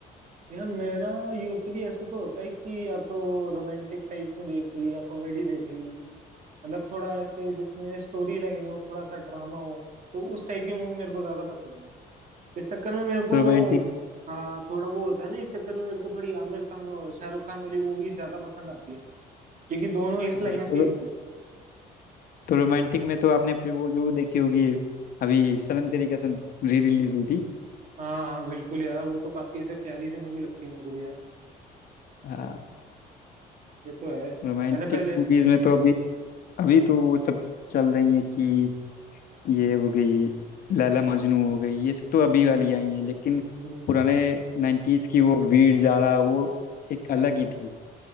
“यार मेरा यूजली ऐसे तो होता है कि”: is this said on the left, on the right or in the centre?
Right